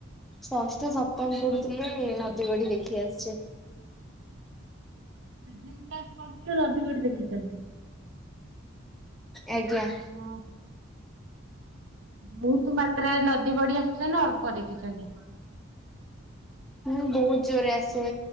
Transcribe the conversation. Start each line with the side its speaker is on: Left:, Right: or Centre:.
Centre: ଷଷ୍ଠ ସପ୍ତମ ପଢୁଥିଲି ନଦୀ ବଢି ଦେଖି ଆସିଛି।
Right: <unintelligible> ନଦୀ ବଢି ଦେଖିଛନ୍ତି।
Centre: ଆଜ୍ଞା
Right: ଓହୋ ବୋହୁତ ମାତ୍ରାରେ ନଦୀ ବଢି ଆସିଥିଲା ନା ଅଳ୍ପ ଦେଖିଛନ୍ତି।
Centre: ହୁଁ ବୋହୁତ ଜୋରେ ଆସେ।